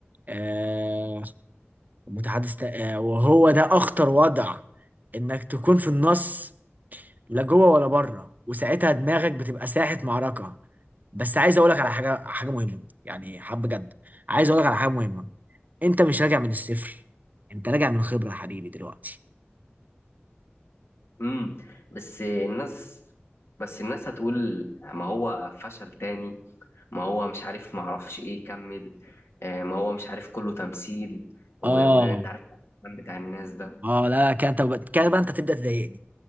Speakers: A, on the right (about 40°); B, on the left (about 80°).
A: آه متحدث تا- آه وهو ده اخطر وضع انك تكون في النص لا جوه ولا بره وساعتها دماغك بتبقى ساحة معركة بس عايز اقولك على حاجة حاجة مهمة يعني حب جد عايز اقولك على حاجة مهمة انت مش راجع من الصفر انت راجع من خبرة يا حبيبي دلوقتي
B: امم بس الناس بس الناس هتقول ما هو فشل تاني ما هو مش عارف ما اعرفش ايه يكمل آه، ما هو مش عارف كله تمثيل و-
A: اه
B: وانت عارف الكلام بتاع الناس ده
A: اه لا كده انت كده بقى انت تبدأ تضايقني